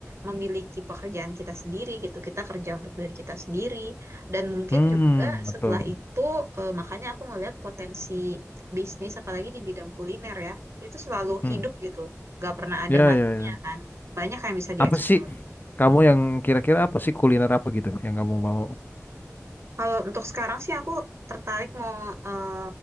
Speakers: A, on the right; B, on the left.
A: memiliki pekerjaan kita sendiri gitu kita kerja untuk diri kita sendiri dan mungkin
B: Hmm,
A: juga
B: betul.
A: setelah itu eh, makanya aku ngelihat potensi bisnis apalagi di bidang kuliner ya itu selalu
B: Hmm.
A: hidup gitu gak pernah ada
B: Ya
A: matinya
B: ya ya.
A: kan banyak yang bisa dieksplor
B: Apa sih kamu yang kira-kira apa sih kuliner apa gitu yang kamu mau?
A: Kalau untuk sekarang sih aku tertarik mau eh,